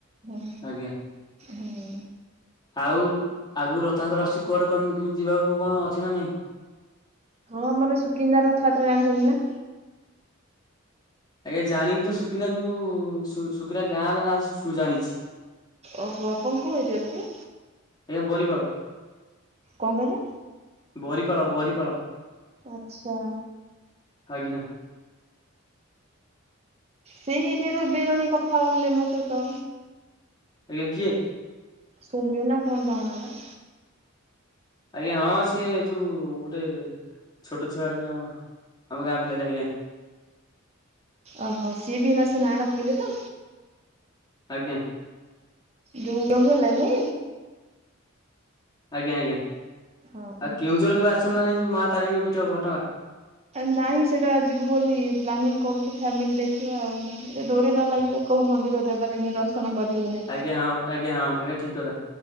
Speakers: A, on the right; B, on the left.
A: ହୁଁ।
B: ଆଜ୍ଞା
A: ହୁଁ।
B: ଆଉ ଆଗକୁ ରଥଯାତ୍ରା ଆସୁଛି କୁଆଡେ କଣ କେମିତି ଯିବାକୁ କଣ ଅଛି ନା ନାଇଁ?
A: ହଁ ଆମର ସୁକିନ୍ଦା ରଥଯାତ୍ରା ଜାଣିଛନ୍ତି ନା?
B: ଆଜ୍ଞା ଜାଣିନି ତ ସୁକିନ୍ଦା କିନ୍ତୁ ସୁଖିନା ଗାଁ ନାଁ ସୁ ଜାଣିଛି।
A: ଓହୋ ଆପଣ କୋଉ ଏରିଆର କି?
B: ଆଜ୍ଞା ବରିପାଳ।
A: କଣ କହିଲେ
B: ବରିପାଳ ବରିପାଳ
A: ଆଛା।
B: ଆଜ୍ଞା।
A: ସେଇ ଏରିଆରୁ ଏବେ ଜଣେ କଥା ହେଉଥିଲେ ମୋ ସହିତ।
B: ଆଜ୍ଞା କିଏ?
A: ସୋମ୍ୟ ନା କଣ ତାଙ୍କ ନାଁଟା?
B: ଆଜ୍ଞା ହଁ ସିଏ ଯୋଉ ଗୋଟେ ଛୋଟଛୁଆ ଆଜ୍ଞା ଆମ ଆମ ଗାଁ ପିଲାଟେ ଆଜ୍ଞା।
A: ଅହ ସିଏ ବି ଏଇନା ସେ ନାଁ ଟା କହିଲେ ତ।
B: ଆଜ୍ଞା।
A: ଯୋଇଁ କଣ ଗଲାନି?
B: ଆଜ୍ଞା ଆଜ୍ଞା
A: ହଁ।
B: ଆଉ କେଉଁଝର କେବେ ଆସିଛନ୍ତି ନାହିଁ ଯୋଉ ମାଆ ତାରିଣୀଙ୍କ ପୀଠ ଘଟଗାଁ।
A: ନାଇଁ ସେଟା ଯିବୁ ବୋଲି ପ୍ଲାନିଂ କରୁଛୁ ଫ୍ୟାମିଲି ଦେଖିବା ଆଉ ଏ ଡୋରି ନ ଲାଗିଲେ। କୋଉ ମନ୍ଦିର ଦେବାଦେବୀ ଦର୍ଶନ କରିହଉନି
B: ଆଜ୍ଞା ହଁ ଆଜ୍ଞା ହଁ ଆଜ୍ଞା ଠିକ୍ କଥା